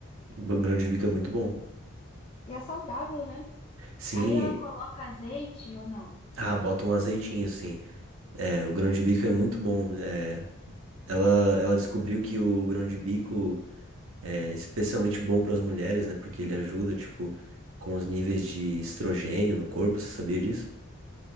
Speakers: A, on the right; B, on the left.
A: O grão de bico é muito bom.
B: E é saudável, né?
A: Sim,
B: Aí ela coloca azeite ou não?
A: ah, bota um azeitinho, assim. É, o grão de bico é muito bom. É, ela, ela descobriu que o grão de bico. é especialmente bom para as mulheres, né? Porque ele ajuda, tipo, com os níveis de estrogênio no corpo, você sabia disso?